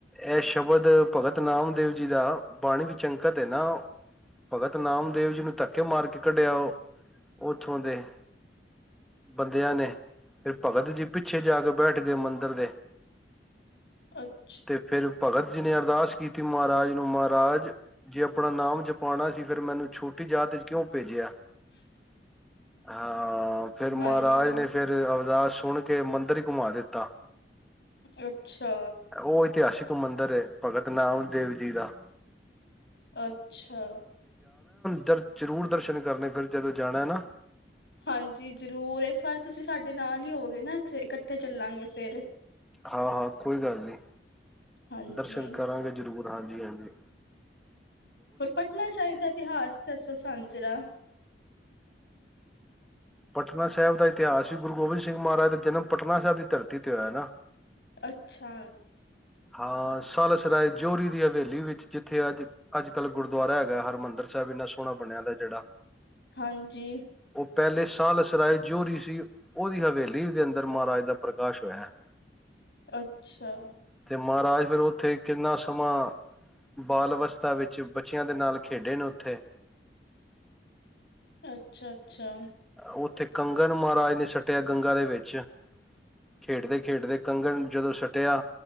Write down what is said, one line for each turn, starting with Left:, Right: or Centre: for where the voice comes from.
Centre: ਐ ਸ਼ਬਦ ਭਗਤ ਨਾਮਦੇਵ ਜੀ ਦਾ ਬਾਣੀ ਵਿੱਚ ਅੰਕਤ ਏ ਨਾ, ਭਗਤ ਨਾਮਦੇਵ ਜੀ ਨੂੰ ਧੱਕੇ ਮਾਰ ਕੇ ਕੱਢਿਆ ਉਥੋ ਦੇ ਦੇ ਬੰਦਿਆਂ ਨੇ ਫੇਰ ਭਗਤ ਜੀ ਪਿੱਛੇ ਜਾ ਕੇ ਬੈਠ ਗੇ ਮੰਦਰ ਦੇ।
Left: ਅੱਛ
Centre: ਤੇ ਫੇਰ ਭਗਤ ਜੀ ਨੇ ਅਰਦਾਸ ਕੀਤੀ ਮਹਾਰਾਜ ਨੂੰ, ਮਹਾਰਾਜ ਜੇ ਅਪਣਾ ਨਾਮ ਜਪਾਣਾ ਸੀ ਫੇਰ ਮੈਨੂੰ ਛੋਟੀ ਜਾਤ ਚ ਕਿਓ ਭੇਜਿਆ?
Left: <inaudible> <inaudible>
Centre: ਹਾਂ। ਆਂ ਫੇਰ ਮਹਾਰਾਜ
Left: ਹਾਂਜੀ ਹਾਂਜੀ
Centre: ਨੇ ਫੇਰ ਅਵਦਾਸ ਸੁਣ ਤੇ ਮੰਦਰ ਹੀ ਘੁੰਮਾ ਦਿੱਤਾ।
Left: ਅੱਛਾ।
Centre: ਉਹ ਇਤਿਹਾਸਿਕ ਮੰਦਰ ਏ ਭਗਤ ਨਾਮ ਦੇਵ ਜੀ ਦਾ।
Left: ਅੱਛਾ।
Centre: ਫੇਰ ਜ਼ਰੂਰ ਦਰਸ਼ਨ ਕਰਨੇ ਫਿਰ ਜਦੋਂ ਜਾਣਾ ਨਾ।
Left: ਹਾਂਜੀ ਜ਼ਰੂਰ, ਇਸ ਵਾਰ ਤੁਸੀਂ ਸਾਡੇ ਨਾਲ ਹੀ ਹੋਵਗੇ ਨਾ ਇੱਥੇ ਇਕੱਠੇ ਚੱਲਾਂਗੇ ਫੇਰ।
Centre: ਹਾਂ-ਹਾਂ ਕੋਈ ਗੱਲ ਨੀ।
Left: ਹਾਂਜੀ
Centre: ਦਰਸ਼ਨ ਕਰਾਂਗੇ ਜ਼ਰੂਰ। ਹਾਂਜੀ-ਹਾਂਜੀ।
Left: ਹੋਰ ਪਟਨਾ ਸਾਹਿਬ ਦਾ ਇਤਿਹਾਸ ਦੱਸੋ ਸਾਨੂੰ ਜਰਾ।
Centre: ਪਟਨਾ ਸਾਹਿਬ ਦਾ ਇਤਿਹਾਸ ਵੀ ਗੁਰੂ ਗੋਬਿੰਦ ਸਿੰਘ ਮਹਾਰਾਜ ਦਾ ਜਨਮ ਪਟਨਾ ਸਾਹਿਬ ਦੀ ਧਰਤੀ ਤੇ ਹੋਇਆ ਨਾ।
Left: ਅੱਛਾ।
Centre: ਹਾਂ ਸਾਲਸਰਾਏ ਜੋਰੀ ਦੀ ਹਵੇਲੀ ਵਿੱਚ ਜਿੱਥੇ ਅੱਜ, ਅੱਜ-ਕੱਲ੍ਹ ਗੁਰਦੁਆਰਾ ਹੈਗਾ ਹਰਿਮੰਦਰ ਸਾਹਿਬ, ਇੰਨਾ ਸੋਹਣਾ ਬਣਿਆ ਦਾ ਜਿਹੜਾ।
Left: ਹਾਂਜੀ।
Centre: ਉਹ ਪਹਿਲੇ ਸਾਲਸਰਾਏ ਜੋਰਹੀ ਸੀ ਉਹਦੀ ਹਵੇਲੀ ਦੇ ਅੰਦਰ ਮਹਾਰਾਜ ਦਾ ਪ੍ਰਕਾਸ਼ ਹੋਇਆ ਐ।
Left: ਅੱਛਾ।
Centre: ਤੇ ਮਹਾਰਾਜ ਫਿਰ ਉੱਥੇ ਕਿੰਨਾ ਸਮਾਂ ਬਾਲ ਅਵਸਥਾ ਵਿੱਚ ਬੱਚਿਆਂ ਦੇ ਨਾਲ ਖੇਡੇ ਨੇ ਉੱਥੇ।
Left: ਅੱਛਾ-ਅੱਛਾ।
Centre: ਉੱਥੇ ਕੰਗਨ ਮਹਾਰਾਜ ਨੇ ਸਟਿਆ ਗੰਗਾ ਦੇ ਵਿੱਚ। ਚ ਖੇਡਦੇ ਖੇਡਦੇ ਕੰਗਰ ਜਦੋਂ ਸੱਟਿਆ